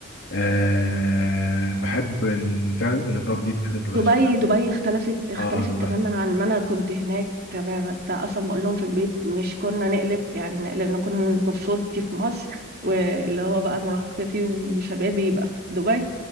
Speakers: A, on the left; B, on the right.
A: أه بحب ال- فعلا الابراج دي بجد بتبقى
B: دبي
A: شكلها
B: دبي اختلفت اختلفت
A: اه دبي
B: تماما عن ما انا كنت هناك تماما ده اصلا بقول لهم في البيت مش كنا نقلب يعني نقلب نكون طفولتي في مصر واللي هو بقى مراهقتي وشبابي يبقى في دبي